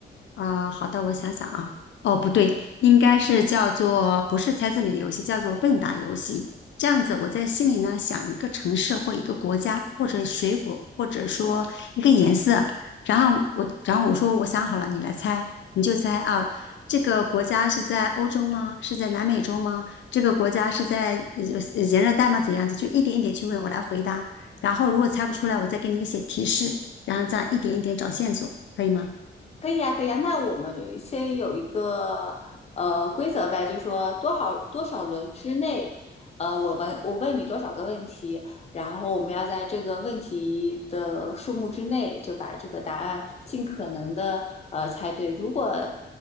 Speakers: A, on the left (about 80°); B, on the left (about 35°).
A: 啊、好的，我想想啊，哦，不对，应该是叫做不是猜字谜的游戏，叫做问答游戏。这样子，我在心里呢想一个城市或一个国家，或者水果，或者说一个颜色，然后我，然后我说我想好了，你来猜，你就猜啊，这个国家是在欧洲吗？是在南美洲吗？这个国家是在呃呃炎热带吗？怎样子？就一点一点去问，我来回答。然后如果猜不出来，我再给你一些提示，然后这样一点一点找线索，可以吗？
B: 可以呀，可以呀。那我们先有一个呃规则呗，就是说多少多少轮之内，呃，我问我问你多少个问题，然后我们要在这个问题的数目之内就把这个答案尽可能的呃猜对。如果